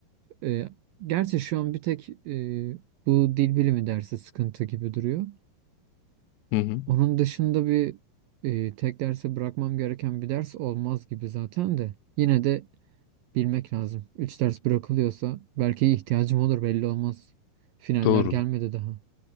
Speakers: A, on the right; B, on the left.
A: e, gerçi şu an bir tek e, bu dil bilimi dersi sıkıntı gibi duruyor.
B: <laughs> Hı hı.
A: Onun dışında bir e, tek derse bırakmam gereken bir ders olmaz gibi zaten de. Yine de Bilmek lazım. 3 ders bırakılıyorsa belki ihtiyacım olur belli olmaz. Finaller
B: Doğru.
A: gelmedi daha.